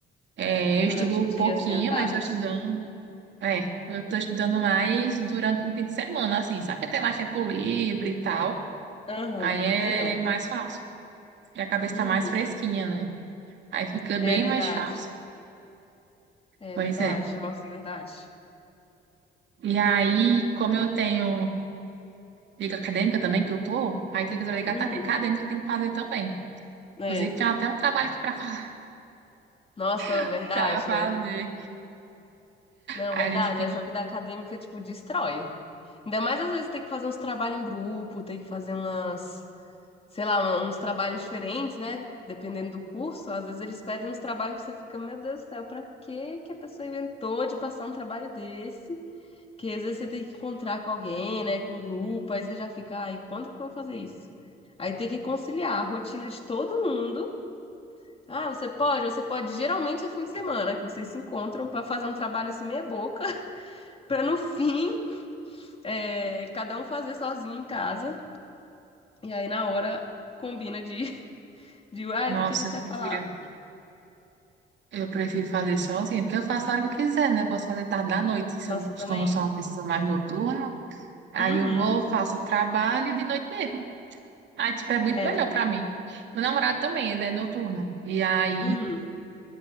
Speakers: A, on the right; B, on the left.
A: é,
B: Durante
A: eu estudo um
B: o dia,
A: pouquinho,
B: assim, à tarde.
A: mas tô estudando. É, eu tô estudando mais durante o fim de semana, assim, sabe que tem mais tempo livre e tal.
B: Aham,
A: Aí
B: melhor.
A: é mais fácil, porque a cabeça
B: Uhum.
A: tá mais fresquinha, né? Aí fica bem
B: É verdade.
A: mais fácil.
B: É
A: Pois
B: verdade.
A: é.
B: Nossa, é verdade.
A: E aí, como eu tenho liga acadêmica também, que eu tô, aí tem que ligar
B: Uhum.
A: tá, acadêmica que tem que fazer também.
B: É.
A: Inclusive, tem até um trabalho aqui pra, fa-
B: Nossa,
A: <laughs>
B: verdade,
A: pra fazer.
B: né? Não,
A: Aí
B: verdade.
A: a gente fica,
B: Essa vida acadêmica, tipo, destrói. Ainda mais às vezes tem que fazer uns trabalhos em grupo, tem que fazer umas. sei lá, um, uns trabalhos diferentes, né? Dependendo do curso, às vezes eles pedem uns trabalhos que você fica, meu Deus do céu, pra que que a pessoa inventou de passar um trabalho desse? Que às vezes você tem que encontrar com alguém, né? Com um grupo, aí você já fica, ai, quando que eu vou fazer isso? Aí tem que conciliar a rotina de todo mundo. Ah, você pode, você pode, geralmente é fim de semana que vocês se encontram pra fazer um trabalho assim meia boca, <laughs> pra no fim, é, cada um fazer sozinho em casa. E aí na hora combina de, <laughs> de, ai,
A: nossa,
B: o que que a gente
A: eu
B: vai
A: prefiro,
B: falar?
A: eu prefiro fazer sozinha, porque eu faço a hora que eu quiser, né? Eu posso fazer tarde da noite, se
B: Nossa,
A: eu,
B: também.
A: como sou uma pessoa mais noturna. Aí
B: Uhum.
A: eu vou, faço o trabalho de noite mesmo. Aí, tipo, é muito
B: É,
A: melhor pra mim. Meu namorado também, ele é noturno. E aí,
B: uhum.